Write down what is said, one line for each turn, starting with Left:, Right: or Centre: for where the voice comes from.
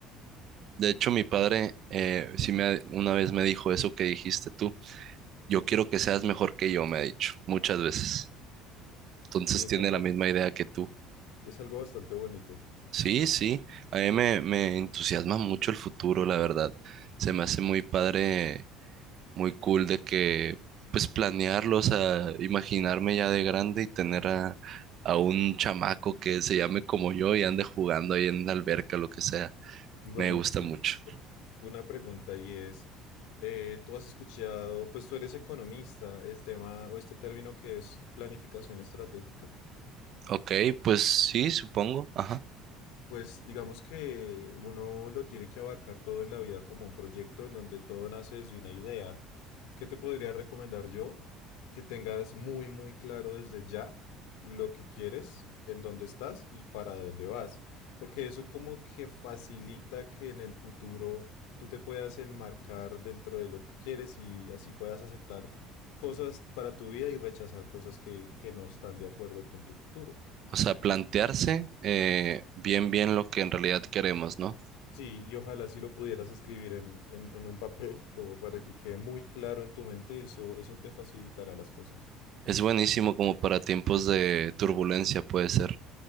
Right: De hecho, mi padre eh, sí me ha- una vez me dijo eso que dijiste tú. Yo quiero que seas mejor que yo, me ha dicho muchas veces. Entonces
Left: Y es
Right: tiene
Left: algo,
Right: la misma idea que tú.
Left: es algo bastante bonito.
Right: Sí, sí. A mí me, me entusiasma mucho el futuro, la verdad. Se me hace muy padre muy cool de que, pues planearlo, o sea, imaginarme ya de grande y tener a, a un chamaco que se llame como yo y ande jugando ahí en la alberca, lo que sea.
Left: Bueno,
Right: Me gusta
Left: yo-
Right: mucho.
Left: una pregunta y es, eh, tú has escuchado, pues tú eres economista, el tema o este término que es planificación estratégica.
Right: Ok, pues sí, supongo. Ajá.
Left: Pues digamos que uno lo tiene que abarcar todo en la vida como un proyecto en donde todo nace desde una idea. ¿Qué te podría recomendar yo? Que tengas muy, muy claro desde ya lo que quieres, en dónde estás y para dónde vas. Porque eso como que facilita que en el futuro tú te puedas enmarcar dentro de lo que quieres y así puedas aceptar cosas para tu vida y rechazar cosas que, que no están de acuerdo con tu futuro.
Right: O sea, plantearse eh, bien, bien lo que en realidad queremos, ¿no?
Left: Sí, y ojalá si lo pudieras escribir en, en, en un papel, como para que quede muy claro en tu mente, eso, eso te facilitará las cosas.
Right: Es buenísimo como para tiempos de turbulencia, puede ser.